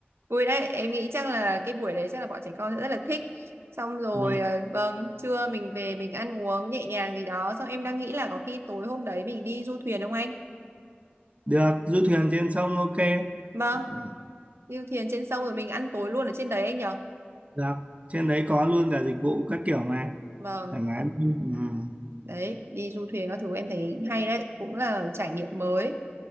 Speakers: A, on the right (about 80°); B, on the right (about 35°).
A: Vui đấy, em nghĩ chắc là cái buổi đấy chắc là bọn trẻ con sẽ rất là thích. Xong rồi,
B: ừ.
A: ờ, vâng, trưa mình về mình ăn uống nhẹ nhàng gì đó. Xong em đang nghĩ là có khi tối hôm đấy mình đi du thuyền không anh?
B: được du thuyền trên sông ok
A: Vâng,
B: ừ.
A: đi du thuyền trên sông rồi mình ăn tối luôn ở trên đấy anh nhở?
B: được trên đấy có luôn cả dịch vụ các kiểu mà
A: Vâng,
B: thoải mái luôn. ừ.
A: đấy, đi du thuyền các thứ em thấy hay đấy, cũng là trải nghiệm mới.